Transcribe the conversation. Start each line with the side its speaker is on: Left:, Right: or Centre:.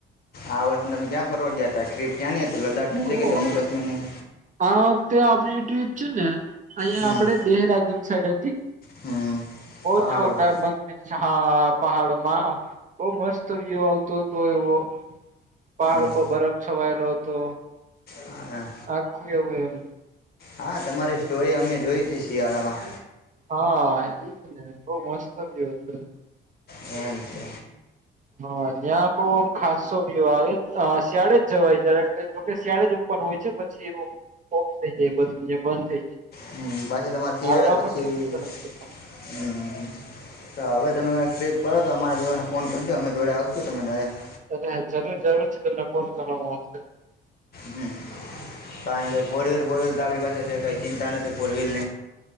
Left: આ વતને તમે ક્યાં ફરવા ગયા હતા? ટ્રીપ ક્યાં ની હતી? લદ્દાખની હતી
Right: ઓ
Left: કે જમ્મુ કાશ્મીરની
Right: આ વખતે આપડી ટ્રીપ છે ને, અહિયાં
Left: હમ
Right: આપડે દેહરાદુન સાઈડ હતી.
Left: હમ
Right: ઓ
Left: પહાડોમાં
Right: જોરદાર મંદિર છે, હા. પહાડોમાં બહુ મસ્ત વ્યુ આવતો હતો એવો. પહાડ
Left: એમ.
Right: ઉપર બરફ છવાયેલો હતો
Left: હા
Right: આખું એવું એમ
Left: હા તમારી સ્ટોરી અમે જોઈ હતી શિયાળામાં
Right: હા એજ ને બહ મસ્ત થ ગયયો હતું
Left: હ કે
Right: હા ત્યાં બઉ આમ ખાસોયો આવે શિયાળે જવાય ત શિયાળે જ ઉપર હોય છે પછી ઓફ થઈ જાયી બંધ થઈ જાય
Left: હમ પાછી તમારે શિયાળા
Right: હાલવા
Left: પછી
Right: માટે રસ્તા નથી હોતા
Left: હમ હવે તમે ટ્ર્રીપ કરો તો અરા દેવાને ફોન કરજો અમે જોડે આવશું તમે ડાયરેક્ટ
Right: અરે જરૂર જરૂર છે તમને ફોન કરવાવામાં આવશે
Left: હમ કારણ કે ફૌરવહીલ બોરવીલઆપડી પાસે છે કઈ ચિંતા નથી ફોરવીલ